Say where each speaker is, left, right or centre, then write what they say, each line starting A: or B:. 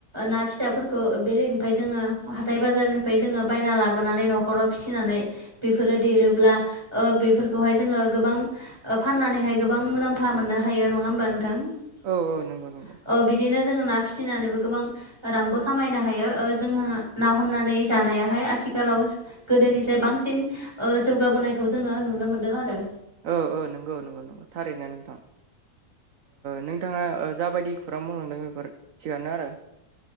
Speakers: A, on the right (about 15°); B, on the right (about 60°).
A: ना फिसाफोरखौ बेलेग ओमफाय जोङो हाथाय बाजारनिफ्राय जोङो बायना लाबोनानै न'खराव फिसिनानै बेफोरो देरोब्ला ओ बेफोरखौहाय जोङो गोबां फाननानैहाय गोबां मुलाम फा मोननो हायो नङा होमबा नोंथां ओ
B: औ औ नंगौ नंगौ
A: औ बिदिनो जोङो ना फिसिनानैबो गोबां ओ रांबो खामायनो हायो ओ जोंहा ना हमनानै जानायाहाय आथिखालाव गोदोनिसाय
B: औ
A: बांसिन ओ जौगाबोनायखौ जोङो नुनो मोनदों आरो।
B: औ औ नंगौ नंगौ नंगौ थारैनो नोंथां। नोंथाङा जाबायदि खौरां मावलांदों बेफोर थिगानो आरो।